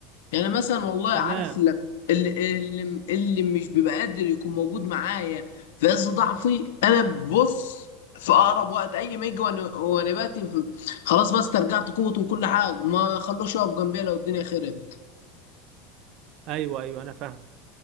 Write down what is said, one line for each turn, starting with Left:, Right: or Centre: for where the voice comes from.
Left: يعني مثلا والله
Right: تمام
Left: عارف اللي اللي, اللي اللي مش بيبقى قادر يكون موجود معايا في عز ضعفي انا ببص في اقرب وقت اي ما يجي وانا وأنا باتي في- خلاص بس استرجعت قوتي وكل حاجه ما خلوش يقف جنبي لو الدنيا خربت
Right: ايوه ايوه انا فاهم